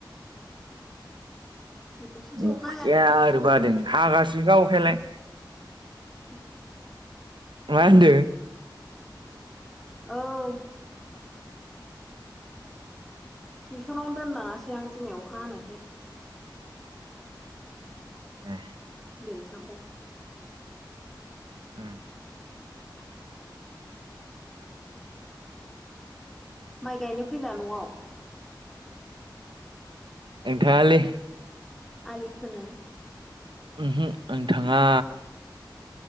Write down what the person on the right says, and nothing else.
अखाया
ओरैबो हादों। हागासिनोखा अखायालाय।
मा होनदो?
ए
उम
आं थांङालै
उमहो आं थांङा